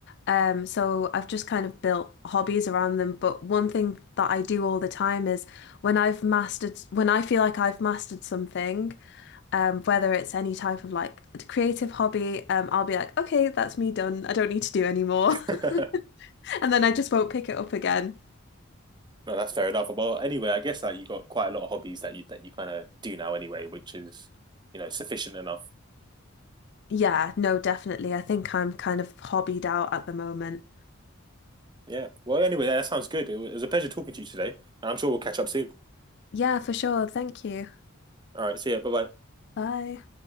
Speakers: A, on the left (about 55°); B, on the right (about 20°).
A: Um, so I've just kind of built hobbies around them. But one thing that I do all the time is when I've mastered, when I feel like I've mastered something, um, whether it's any type of like creative hobby, um, I'll be like, okay, that's me done. I don't need to do anymore.
B: <laughs>
A: <laughs> And then I just won't pick it up again.
B: No, that's fair enough. Well, anyway, I guess that you got quite a lot of hobbies that you that you kind of do now anyway, which is you know sufficient enough.
A: Yeah, no, definitely. I think I'm kind of hobbied out at the moment.
B: Yeah. Well, anyway, that sounds good. It was it was a pleasure talking to you today, and I'm sure we'll catch up soon.
A: Yeah, for sure. Thank you.
B: All right. See ya. Bye bye.
A: Bye.